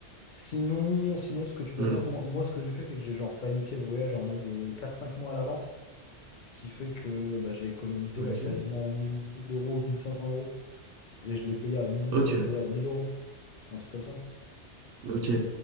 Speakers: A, on the left; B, on the right.
A: Sinon, sinon ce que tu dois
B: Hmm.
A: faire, moi, moi, ce que j'ai fait, c'est que j'ai genre planifié le voyage en mode euh, quatre cinq mois à l'avance, ce qui fait que bah, j'ai économisé
B: Ok.
A: ouais, quasiment mille mille euros, 1500 euros, et je l'ai payé à mille
B: Ok.
A: euh, ouais, mille euros, un truc comme ça.
B: Ok.